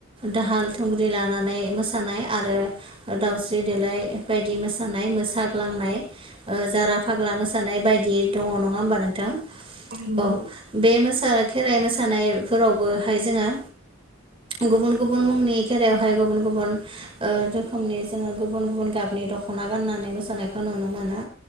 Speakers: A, on the right; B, on the right.
A: दाहाल थुंग्रि लानानै मोसानाय आरो ओ दावस्रि देलाय बायदि मोसानाय साग्लांनाय, ओ जारा फाग्ला मोसानाय बायदि दङ' नङा होमबा नोंथां औ
B: नंगौ औ नंगौ
A: बे मो सानाय खेराइ मोसानाय फोरावबोहाय जोङों गुबुन गुबुन मुंनि खेरायावहाय गुबुन गुबुन ओ रोखोमनि जोङो गुबुन गुबुन गाबनि दख'ना गाननानै मोसानायखौ नुनो मोनो